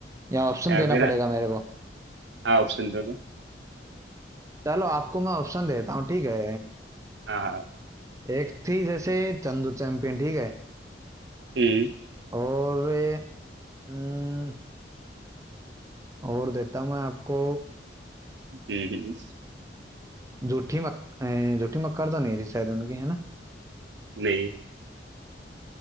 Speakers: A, on the right (about 20°); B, on the right (about 80°).
A: या ऑप्शन
B: अ,
A: देना
B: मेरा
A: पड़ेगा मेरे को
B: हाँ ऑप्शन दे दो
A: चलो आपको मैं ऑप्शन देता हूँ ठीक है
B: हाँ हाँ
A: एक थी जैसे चंदू चैंपियन ठीक है
B: हम्म
A: और अम, और देता हूँ मैं आपको
B: हम्म हम्म,
A: जूठी मक अ, जूठी मक्कर तो नहीं थी शायद उनकी है ना
B: नहीं